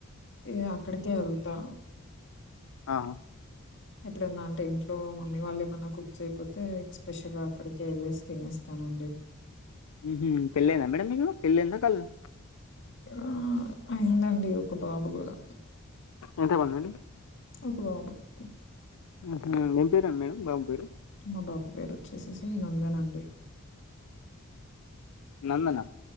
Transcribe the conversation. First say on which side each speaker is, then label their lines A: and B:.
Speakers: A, on the left; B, on the left.
A: నేను అక్కడికే ఏళ్తా.
B: ఆహ్.
A: ఎప్పుడన్నా అంటే ఇంట్లో మమ్మీ వాళ్ళు ఏమన్నా కుక్ చేయ్పోతే. స్పెషల్ గా అక్కడికే ఏల్లెసి తినేస్తానండి.
B: ఉమ్ పెళ్లయిందా మేడం మీకు పెళ్లయిందా కాలేదా.
A: ఆహ్ అయిందండి ఒక బాబు కూడా.
B: ఇంతే వాళ్ళు చూడండి.
A: ఒక బాబు ఉమ్.
B: ఉమ్ ఏం పేరు మేడం బాబు పేరు.
A: మా బాబు పేరు ఒచ్చేసేసి నందన్ అండి.
B: నందనా.